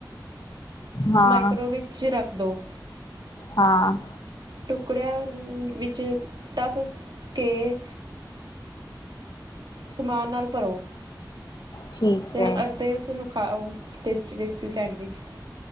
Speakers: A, on the left; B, on the right.
A: ਹਾਂ
B: ਮਾਈਕਰੋ ਵਿਚ' ਰੱਖ ਦੋ।
A: ਹਾਂ।
B: ਟੁਕੜਿਆਂ ਵਿੱਚੋ ਟਕ ਕੇ। ਸਮਾਨ ਨਾਲ ਭਰੋ।
A: ਠੀਕ
B: ਤੇ
A: ਹੈ
B: ਅ। ਤੇ ਉਸਨੂੰ ਖਾਓ ਟੇਸਟੀ- ਟੇਸਟੀ ਸੈਂਡਵਿਚ।